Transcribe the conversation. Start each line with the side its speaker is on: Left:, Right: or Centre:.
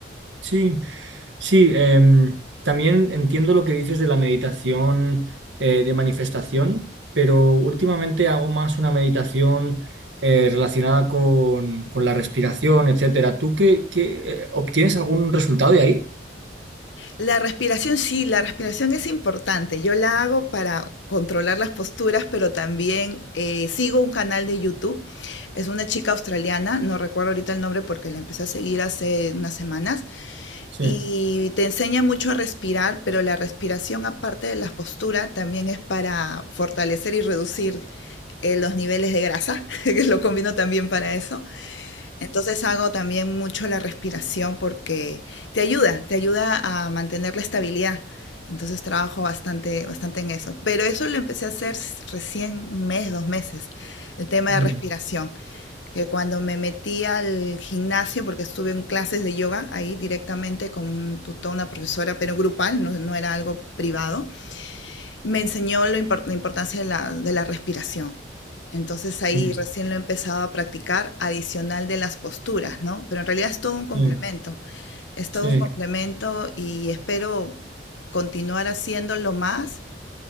Right: Sí, sí, em, también entiendo lo que dices de la meditación eh, de manifestación, pero últimamente hago más una meditación eh, relacionada con, con la respiración, etcétera. ¿Tú qué, qué, eh, obtienes algún resultado de ahí?
Left: La respiración, sí, la respiración es importante. Yo la hago para controlar las posturas, pero también eh, sigo un canal de YouTube. Es una chica australiana, no recuerdo ahorita el nombre porque la empecé a seguir hace unas semanas
Right: Sí.
Left: Y te enseña mucho a respirar, pero la respiración, aparte de la postura, también es para fortalecer y reducir eh, los niveles de grasa, <laughs> que lo combino también para eso. Entonces hago también mucho la respiración porque te ayuda, te ayuda a mantener la estabilidad. Entonces trabajo bastante, bastante en eso. Pero eso lo empecé a hacer s- recién un mes, dos meses, el tema
Right: Mm,
Left: de respiración que cuando me metí al gimnasio, porque estuve en clases de yoga ahí directamente con un tutor, una profesora, pero grupal, no, no era algo privado, me enseñó lo impor- la importancia de la, de la respiración. Entonces ahí
Right: mm,
Left: recién lo he empezado a practicar adicional de las posturas, ¿no? Pero en realidad es todo un complemento,
Right: sí,
Left: es
Right: sí.
Left: todo un complemento y espero continuar haciéndolo más